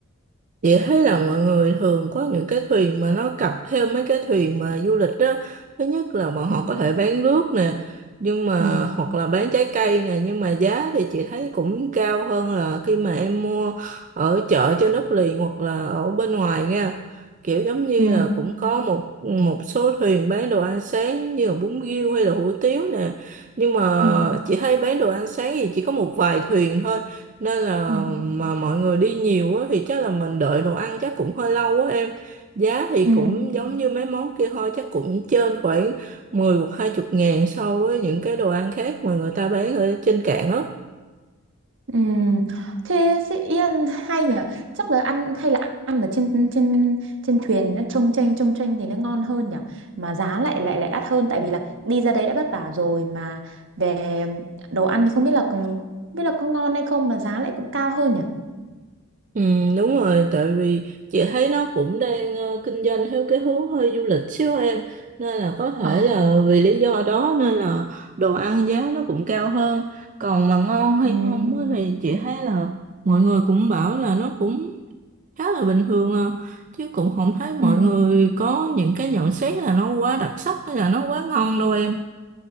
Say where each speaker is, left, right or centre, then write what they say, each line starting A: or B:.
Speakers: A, on the right (about 35°); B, on the right (about 60°).
A: Chị thấy là mọi người thường có những cái thuyền mà nó cặp theo mấy cái thuyền mà du lịch đó. Thứ nhất là bọn họ
B: Ừ.
A: có thể bán nước nè, nhưng mà
B: Ừ.
A: hoặc là bán trái cây nè, nhưng mà giá thì chị thấy cũng cao hơn là khi mà em mua ở chợ trên đất liền hoặc là ở bên ngoài nha. Kiểu giống như
B: Ừ.
A: là cũng có một một số thuyền bán đồ ăn sáng như là bún riêu hay là hủ tiếu nè. Nhưng mà
B: Ừ.
A: chị thấy bán đồ ăn sáng thì chỉ có một vài thuyền thôi nên là
B: Ừ.
A: mà mọi người đi nhiều á thì chắc là mình đợi đồ ăn chắc cũng hơi lâu quá em giá thì
B: Ừ.
A: cũng giống như mấy món kia thôi chắc cũng trên khoảng 10 hoặc hai chục ngàn so với những cái đồ ăn khác mà người ta bán ở trên Cạn á
B: Ừm, thế chị Yên hay nhỉ chắc là ăn hay là ăn ở trên trên trên thuyền nó trông chênh trông chênh thì nó ngon hơn nhỉ mà giá lại lại lại đắt hơn tại vì là đi ra đấy đã vất vả rồi mà về đồ ăn thì không biết là còn- không biết là có ngon hay không mà giá lại cũng cao hơn nhỉ
A: ừ, đúng rồi tại vì chị thấy nó cũng đang ờ, kinh doanh theo cái hướng hơi du lịch xíu em nên là có thể
B: Ờ.
A: là vì lý do đó nên là đồ ăn giá nó cũng cao hơn còn mà ngon hay
B: Ừ,
A: không
B: ừ,
A: á thì chị thấy là mọi người cũng bảo là nó cũng khá là bình thường à. chứ cũng không thấy mọi
B: ừ.
A: người có những cái nhận xét là nó quá đặc sắc hay là nó quá ngon đâu em